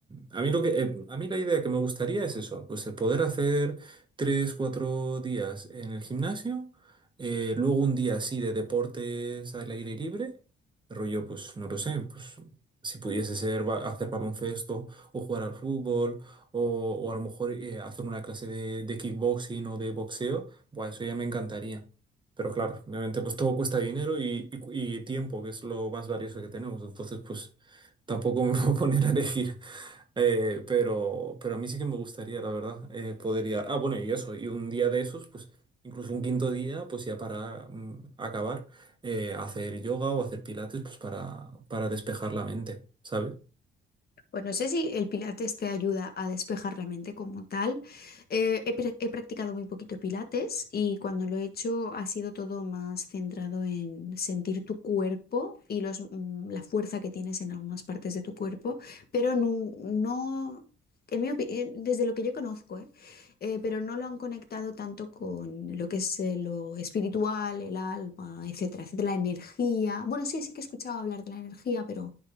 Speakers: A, on the right; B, on the left.
A: a mí lo que, eh, a mí la idea que me gustaría es eso, pues el poder hacer tres, cuatro días en el gimnasio, eh, luego un día así de deportes al aire libre, rollo, pues no lo sé, pues si pudiese ser ba- hacer baloncesto o jugar al fútbol o, o a lo mejor eh, hacer una clase de, de kickboxing o de boxeo, bueno, eso ya me encantaría. Pero claro, obviamente pues todo cuesta dinero y, y cu- y tiempo, que es lo más valioso que tenemos. Entonces pues tampoco me <laughs> voy a poner a elegir. Eh, pero, pero a mí sí que me gustaría, la verdad, eh, poder ir a- Ah, bueno, y eso, y un día de esos, pues incluso un quinto día, pues ya para mm, acabar, eh, hacer yoga o hacer pilates, pues para, para despejar la mente, ¿sabes?
B: Pues no sé si el pilates te ayuda a despejar la mente como tal. Eh, he, pra- he practicado muy poquito pilates y cuando lo he hecho ha sido todo más centrado en sentir tu cuerpo y los, mm, la fuerza que tienes en algunas partes de tu cuerpo, pero no, no en mi opi- eh, desde lo que yo conozco, ¿eh? Eh, pero no lo han conectado tanto con lo que es eh, lo espiritual, el alma, etcétera, etcétera, la energía. Bueno, sí, sí que he escuchado hablar de la energía, pero...